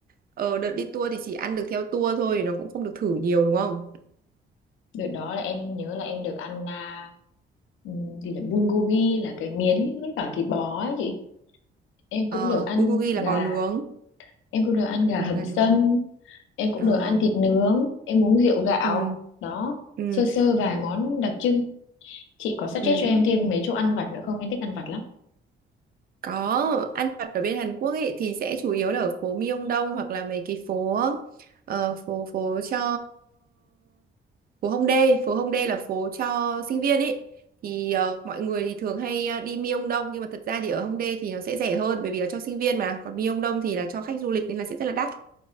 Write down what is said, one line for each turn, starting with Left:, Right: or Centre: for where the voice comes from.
Right: ờ, đợt đi tour thì chỉ ăn được theo tour thôi, nó cũng không được thử nhiều đúng không?
Left: đợt đó là em nhớ là em được ăn à, Ừ, thì là bulgogi là cái miến với cả thịt bò ấy chị em
Right: Ờ,
Left: cũng được ăn
Right: bulgogi là
Left: gà
Right: bò nướng,
Left: em cũng được ăn gà
Right: ừ,
Left: hầm
Right: gà
Left: sâm
Right: nướng.
Left: em cũng
Right: Ờ,
Left: được ăn thịt nướng em uống rượu gạo
Right: ừ,
Left: đó
Right: ừ,
Left: sơ sơ vài món đặc trưng chị có suggest
Right: ừ. ừ.
Left: cho em thêm mấy chỗ ăn vặt nữa không em thích ăn vặt lắm
Right: Có, ăn vặt ở bên Hàn Quốc ấy thì sẽ chủ yếu là ở phố Myeongdong hoặc là mấy cái phố ờ, phố phố cho phố Hongdae, phố Hongdae là phố cho sinh viên ấy. Thì ờ, mọi người thì thường hay ờ, đi Myeongdong nhưng mà thật ra thì ở Hongdae thì nó sẽ rẻ hơn bởi vì là cho sinh viên mà, còn Myeongdong thì là cho khách du lịch nên là sẽ rất là đắt